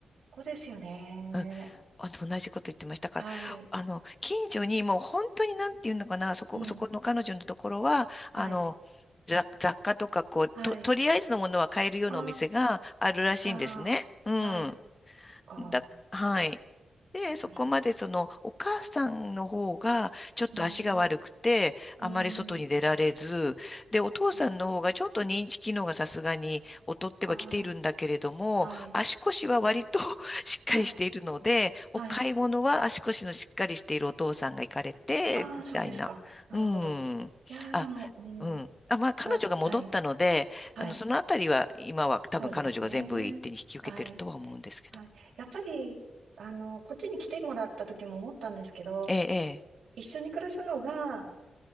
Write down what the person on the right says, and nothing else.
ここですよね。
はい。
うん。
はい。
はい。
ああ、ああ、
はい。か。
なるほ
ど。
うん。う
ん。
ああ、ああはい。
はい。はい。
ああ、
そうですか。なるほど。
いやー、
でも、うん。
ま、はい。はい。
そうですね。はい。はい。やっぱり、あの、こっちに来てもらった時も思ったんですけど、
一緒に暮らすのが、